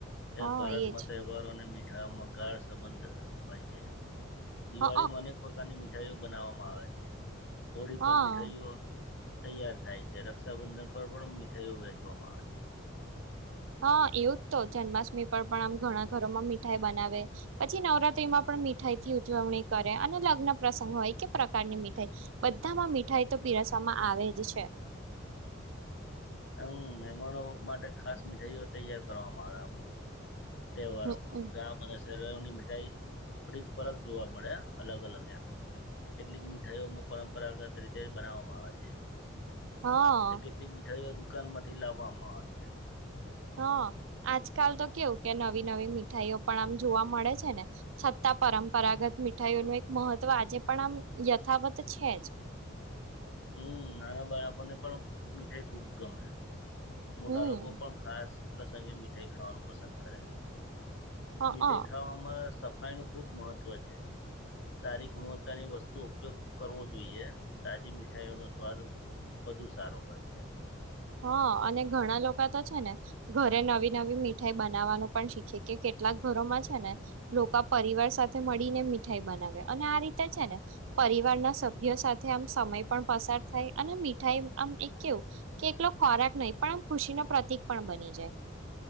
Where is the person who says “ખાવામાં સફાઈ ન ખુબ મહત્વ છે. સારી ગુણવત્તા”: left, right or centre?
Left